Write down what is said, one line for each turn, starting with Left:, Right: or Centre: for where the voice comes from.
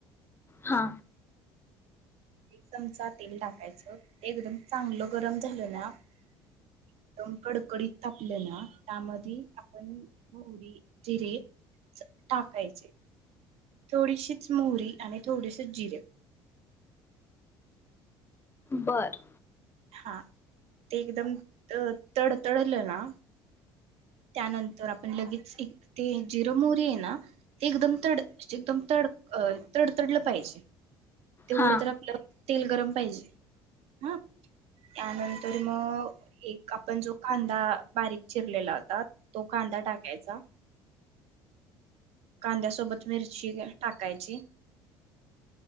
Left: हा
Right: एक चमचा तेल टाकायचं ते एकदम चांगलं गरम झालं ना एकदम कडकडीत तापलं ना त्यामध्ये आपण मोहरी जिरे टाकायचे थोडीशीच मोहरी आणि थोडेसे जिरे
Left: बर
Right: हा ते एकदम त तडतडल ना त्यानंतर आपण लगेच एक ते जिरं मोहरी हे ना ते एकदम तड एकदम तड अं तडतडलं पाहिजे तेवढं
Left: हां
Right: तर आपलं तेल गरम पाहिजे हा त्यानंतर मग एक आपण जो कांदा बारीक चिरलेला होता तो कांदा टाकायचा कांद्यासोबत मिरची टाकायची